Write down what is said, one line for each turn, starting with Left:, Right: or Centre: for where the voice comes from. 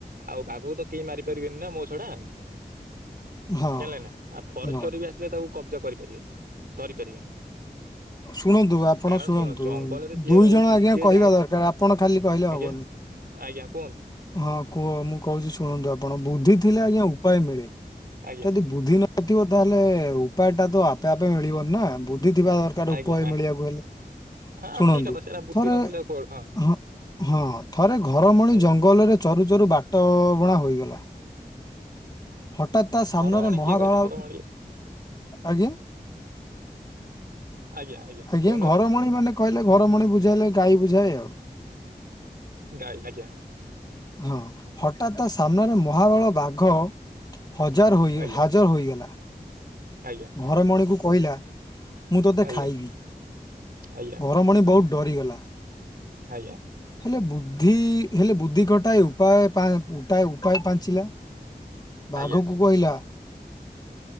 Right: ଆଉ ବାଘକୁ ତ କେହି ମାରିପାରିବେନି ନା ମୋ ଛଡା।
Left: ହଁ
Right: ଜାଣିଲେ ନା ଆଉ ଫରେଷ୍ଟର
Left: ହଁ।
Right: ବି ଆସିଲେ ଆଉ ତାକୁ କବ୍ଜା କରିପାରିବେନି ଧରି ପାରିବେନି। <inaudible>
Left: ଶୁଣନ୍ତୁ ଆପଣ
Right: କାରଣ
Left: ଶୁଣନ୍ତୁ
Right: ଶୁଣ ଜଙ୍ଗଲରେ ଯିଏ
Left: ଦୁଇ
Right: ରହୁଛି
Left: ଜଣ ଆଜ୍ଞା
Right: ସିଏ
Left: କହିବା
Right: ଜାଣିଥି
Left: ଦରକାର ଆପଣ ଖାଲି କହିଲେ
Right: ଆଜ୍ଞା
Left: ହବନି।
Right: ଆଜ୍ଞା <unintelligible>
Left: ହଁ କୁହ ମୁଁ କହୁଛି ଶୁଣନ୍ତୁ ଆପଣ ବୁଦ୍ଧି ଥିଲେ ଆଜ୍ଞା ଉପାୟ ମିଳେ।
Right: ଆଜ୍ଞା
Left: ଯଦି ବୁଦ୍ଧି ନଥିବ ତାହେଲେ ଉପାୟ ଟା ତ ଆପେ ଆପେ ମିଳିବନି ନା ବୁ ଦ୍ଧିଥିବା ଦରକାର
Right: ଆଜ୍ଞା
Left: ଉପାୟ ମିଳିବାକୁ ହେଲେ।
Right: ହଁ
Left: ଶୁଣନ୍ତୁ
Right: ଠିକ କଥା ସେଇଟା ବୁଦ୍ଧି
Left: ଥରେ
Right: ନଥିଲା ଆଉ କୁଆଡୁ
Left: ହଁ ହଁ ଥରେ
Right: ଆଜ୍ଞା
Left: ଜଙ୍ଗଲରେ ଚରୁ ଚରୁ ବାଟ ବୁଣା ହୋଇଗଲା। ହଠାତ୍ ତା ସାମ୍ନାରେ
Right: ଘରମଣି
Left: ମହାବାଳ
Right: କିଏ କହିଲେ ଘରମଣି
Left: ଆଜ୍ଞା।
Right: ଆଜ୍ଞା
Left: ଆଜ୍ଞା
Right: କହୁନାହାନ୍ତି
Left: ଘରମଣି ମାନେ କହିଲେ ଘରମଣି ବୁଝାଇଲେ ଗାଈ ବୁଝାଏ ଆଉ
Right: ଗାଈ ଆଜ୍ଞା
Left: ହଁ ହଠାତ ତା ସାମ୍ନାରେ ମହାବଳ ବାଘ ହଜାର ହୋଇ
Right: ଆଜ୍ଞା
Left: ହାଜର ହୋଇଗଲା
Right: ଆଜ୍ଞା
Left: ଘରମଣିକୁ କହିଲା। ମୁଁ ତୋତେ
Right: ଆଜ୍ଞା
Left: ଖାଇବି
Right: ଆଜ୍ଞା
Left: ଘର ମଣି ବହୁତ ଡରିଗଲା
Right: ଆଜ୍ଞା।
Left: ହେଲେ ବୁଦ୍ଧି ହେଲେ ବୁଦ୍ଧି କଟାଏ ଉପାୟଟପାଏ ଉପାୟ ଉପାୟ ପାଞ୍ଚିଲା। ବାଘକୁ
Right: ଆଜ୍ଞା
Left: କହିଲା